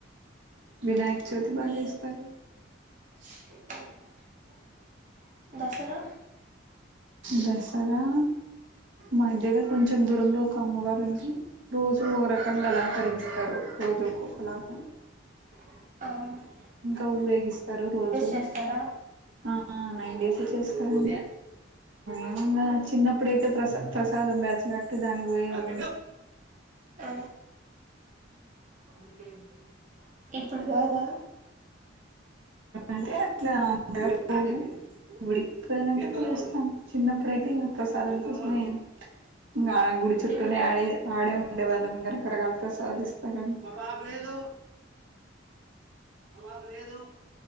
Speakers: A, on the right; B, on the right.
A: వినాయక చవితి బాగా
B: మీ
A: చేస్తారు.
B: <unintelligible> <unintelligible> దసరా
A: దసరా మధ్యలో కొంచెం దూరంలో ఒక అమ్మవారు ఉంది రోజూ ఓ రకంగా అలంకరించుతారు. రోజుకొకలాగా
B: అవును
A: ఇంకా ఊరేగిస్తారు రోజు
B: చేస్తారా
A: ఆ నైన్ డేస్ చేస్తారెమో, ఏమున్నద్ చిన్నప్పుడేతే ప్రసాద్ ప్రసాదం బ్యాచ్ ఫస్ట్ దానికి పోయే వాళ్ళం.
B: ఆ <unintelligible> ఇప్పుడు కాదా
A: ఇంటే అట్లా రోజు పోము గుడికి పోవాలంటే పోయిస్తాం. చిన్నప్పుడైతే ఇంకా ప్రసాదం కోసమే ఇంకా గుడి చుట్టూనే
B: నేను
A: ఆడే ఆడేవాళ్ళం ఇంకా రకరకాల ప్రసాదాలు ఇస్త. ఉహు మా పాప లేదు <inaudible> మా పాప లేదు.